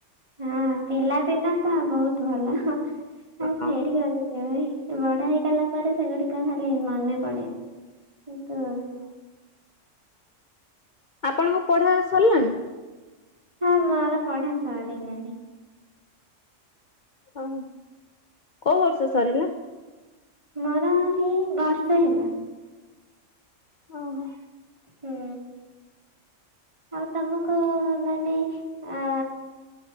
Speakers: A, on the right; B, on the left.
A: ହଁ ପିଲାଦିନ ତ ବହୁତ ଭଲ ଆଉ
B: ହଁ
A: ଫେରିିବନି। ଏ ବଡ ହେଇଗଲା ପରେ ସେଗୁଡିକ ଖାଲି ମନେ ପଡେ କିନ୍ତୁ
B: ଆପଣଙ୍କ ପଢା ସରିଲାଣି?
A: ହଁ ମୋର ପଢା ସରିଲାଣି।
B: ଓଃ କୋଉ ବର୍ଷ ସରିଲା?
A: ମୋର ହେଇ ବର୍ଷେ ହେଲା।
B: ଓହୋ।
A: ହୁଁ। ଆଉ ତମକୁ ମାନେ ଅ